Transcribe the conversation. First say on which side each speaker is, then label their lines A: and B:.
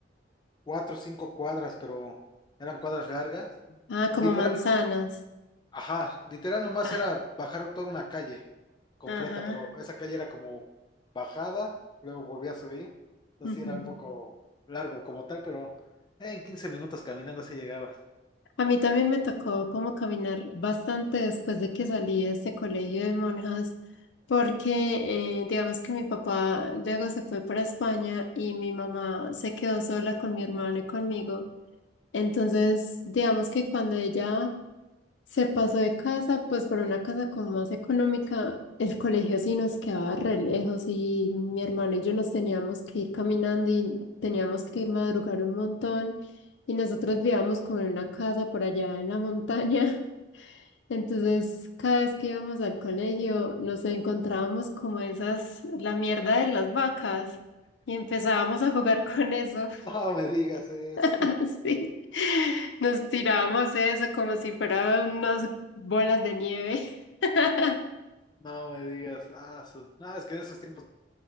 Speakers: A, on the left (about 25°); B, on the left (about 85°).
A: cuatro o cinco cuadras, pero eran cuadras largas.
B: Ah, como
A: literal
B: manzanas.
A: Ajá, literal nomás
B: Ah,
A: era bajar toda una calle completa,
B: ajá.
A: pero esa calle era como bajada, luego volvía a subir. Así
B: ujú.
A: era un poco largo como tal, pero en 15 minutos caminando así llegabas.
B: A mí también me tocó como caminar bastante después de que salí de este colegio de monjas, porque eh, digamos que mi papá luego se fue para España y mi mamá se quedó sola con mi hermano y conmigo. Entonces, digamos que cuando ella Se pasó de casa, pues por una casa como más económica, el colegio sí nos quedaba re lejos y mi hermano y yo nos teníamos que ir caminando y teníamos que madrugar un montón y nosotros vivíamos como en una casa por allá en la montaña. <laughs> Entonces, cada vez que íbamos al colegio, nos encontrábamos como esas, la mierda de las vacas y empezábamos a jugar con eso.
A: <laughs> No me digas eso,
B: <laughs> Así, nos tirábamos eso como si fueran unas bolas de nieve. <laughs>
A: <laughs> no me digas, ah, su- no, es que en esos tiempos